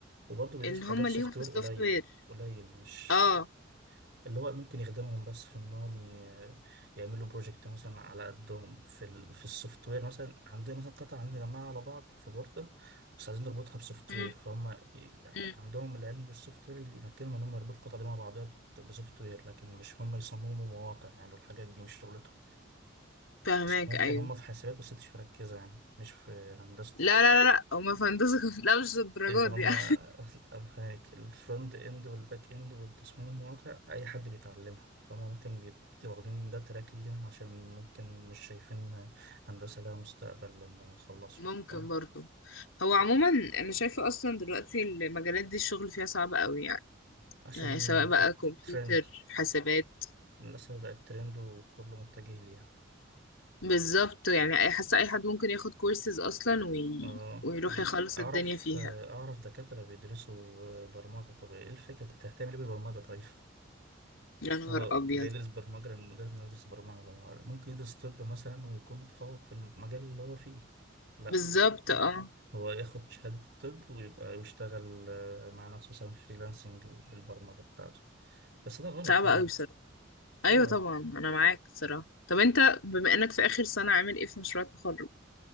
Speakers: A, on the right (about 60°); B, on the left (about 85°).
A: وبرضه بيدوس
B: ان
A: في
B: هما
A: حاجات سوفت
B: ليهم في
A: وير
B: السوفت
A: قليل
B: وير
A: قليل مش
B: اه
A: اللي هو ممكن يخدمهم بس في انهم ي- يعملوا بروجكت مثلا على قدهم في ال... في السوفت وير مثلا عندنا مثلا قطعة عندنا جماعة على بعض في بوردة بس عايزين نربطها بسوفت
B: امم
A: وير فهم ي-
B: امم
A: عندهم العلم بالسوفت وير اللي يمكنهم انهم يربطوا القطعة دي مع بعضها بسوفت وير لكن مش هم يصمموا مواقع يعني والحاجات دي مش شغلتهم
B: فاهماك
A: بس ممكن
B: ايوه
A: هم في حاسبات بس مش مركزة يعني مش في هندسة
B: لا لا لا لا هما في هندسة <laughs> كم- لا مش الدرجات
A: يبقى
B: دي
A: هما
B: يعني.
A: أفهمك الفرونت إند والباك إند والتصميم المواقع أي حد بيتعلمها فهم ممكن بيت- واخدين ده تراك ليهم عشان ممكن مش شايفين هندسة لها مستقبل لما يخلصوا
B: ممكن
A: فاهم؟
B: برضو هو عموما انا شايفة اصلا دلوقتي المجالات دي الشغل فيها صعب قوي يعني
A: عشان
B: يعني سواء
A: بقت
B: بقى كمبيوتر
A: ترند
B: حسابات
A: للأسف بقت ترند وكله متجه ليها
B: بالظبط يعني أي- حاسة اي حد ممكن ياخد كورسز اصلا وي...
A: اه
B: ويروح
A: أم-
B: يخلص
A: أعرف
B: الدنيا فيها
A: آه، أعرف دكاترة بيدرسوا آه، برمجة طب إيه الفكرة أنت هتهتم ليه بالبرمجة طيب؟
B: يا نهار
A: هو
B: ابيض
A: بيدرس برمجة لأن مجرد إنه يدرس برمجة ما هو ممكن يدرس طب مثلا ويكون متفوق في المجال اللي هو فيه لا
B: بالظبط اه
A: هو ياخد شهادة طب ويبقى يشتغل آه، مع نفسه مثلا فريلانسنج في البرمجة بتاعته بس ده غلط
B: صعبة
A: يعني
B: قوي ايوه
A: اه
B: طبعا انا معاك صراحة طب انت بما انك في اخر سنة عامل ايه في مشروع التخرج